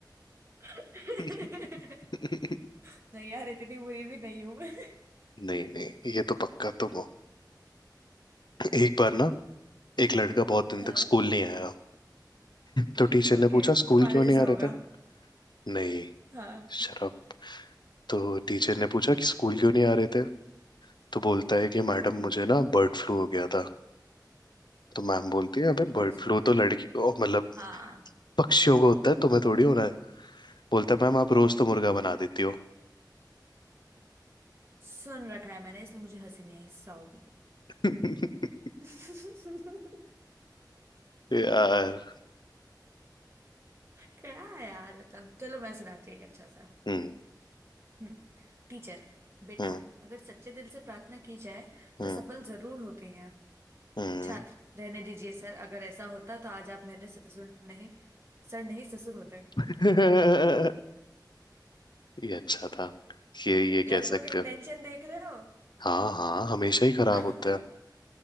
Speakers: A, on the right; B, on the left.
A: <laughs>
B: <laughs> नहीं
A: नहीं यार इतनी बुरी भी नहीं हूं मैं
B: नहीं ये तो पक्का तुम हो एक बार ना एक लड़का बहुत दिन
A: <laughs>
B: तक
A: हाँ
B: स्कूल नहीं आया तो टीचर ने
A: ओके
B: पूछा स्कूल
A: तुम्हारे
B: क्यों नहीं
A: जैसा
B: आ
A: होगा
B: रहे थे नहीं
A: हाँ
B: शराब तो टीचर ने पूछा कि स्कूल क्यों नहीं आ रहे थे तो बोलता है कि मैडम
A: हम्म
B: मुझे ना बर्ड फ्लू हो गया था तो मैम बोलती है अबे
A: Birds
B: बर्ड फ्लू
A: flu
B: तो लड़की ओ, मतलब
A: हाँ
B: पक्षियों को होता है तुम्हें थोड़ी होना है बोलता है मैम आप रोज तो मुर्गा बना देती हो
A: सुन रखा है मैंने इसलिए मुझे हंसी नहीं आई सॉरी
B: <laughs>
A: आ, <laughs>
B: यार
A: क्या है यार मतलब चलो मैं सुनाती हूँ एक अच्छा सा
B: हम्म
A: हम्म टीचर बेटा
B: हम्म।
A: अगर सच्चे दिल से प्रार्थना की जाए
B: हम्म
A: तो सफल जरूर होते हैं
B: हम्म।
A: छात्र रहने दीजिए सर अगर ऐसा होता तो आज आप मेरे ससुर नहीं सर नहीं ससुर होते
B: <laughs> ये अच्छा था ये ये
A: लड़कों
B: कह सकते
A: के इंटेंशन
B: हो
A: देख रहे हो
B: हाँ हाँ हमेशा ही खराब
A: <laughs>
B: होता है